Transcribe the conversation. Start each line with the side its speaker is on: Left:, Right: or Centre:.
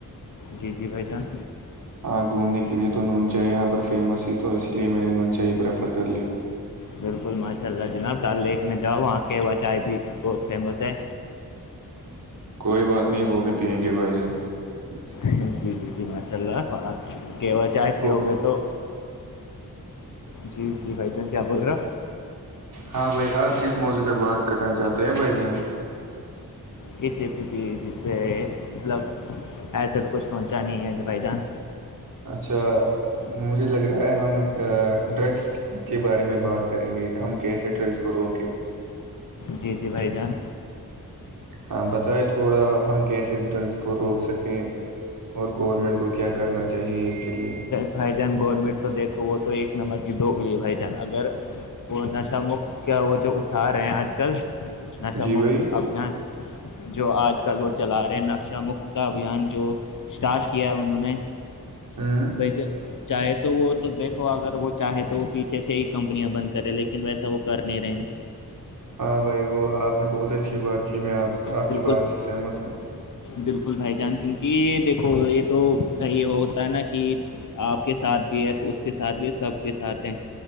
Left: جی جی بھائی جان
Right: ہاں گھومنے کے لیے تو نون چائے یہاں پر فیمس ہی تو اس لیے میں نے نون چائے ہی پریفر کر لیا
Left: بالکل ماشاء اللہ جناب ڈل لیک میں جاؤ وہاں کے چائے بھی بہت فیمس ہے
Right: کوئی بات نہیں وہ بھی پیئیں گے بھائی جان جی
Left: جی جی جی ماشاء اللہ کہوہ چائے پیو
Right: وہ
Left: گے تو جی جی بھائی جان کیا بگر رہا
Right: ہاں بھائی آپ کس موضوعہ بات کرنا چاہتے ہیں بھائی جان
Left: کسی بھی بھی پہ مطلب ایسے تو کچھ سوچا نہیں ہے کہ بھائی جان
Right: اچھا مجھے لگ رہا ہے ہم ڈرگس کے کے بارے میں بات کریں گے ہم کیسے ڈرگس کو روکے
Left: جی جی بھائی جان
Right: ہاں بتائے تھوڑا ہم کیسے ڈرگس کو روک سکیں اور گورنمنٹ کو کیا کرنا چاہیے اس کے لیے
Left: بھائی جان گورنمنٹ تو دیکھو وہ تو ایک نمبر کی دوگ لیے بھائی جان اگر وہ نش مکت کیا وہ جو اٹھا رہے ہیں آج کل نش
Right: جی
Left: مکت
Right: بھائی
Left: ابھیان جو آج کل وہ چلا رہے ہیں نقشہ مکت کا ابھیان جو اسٹارٹ کیا انہوں نے
Right: ہاں
Left: <inaudible> چاہے تو وہ تو دیکھو اگر وہ چاہے تو وہ پیچھے سے ہی کمپنیاں بند کرے لیکن ویسا وہ کر نہیں رہے
Right: ہاں بھائی وہ آپ نے بہت اچھی بات کی میں آپ
Left: بالکل
Right: کی بات سے سہمت ہوں
Left: بالکل بھائی جان کیونکہ یہ دیکھو یہ توی ہوتا ہے نا کہ آپ کے ساتھ بھی ہے تو اس کے ساتھ بھی سب کے ساتھ ہیں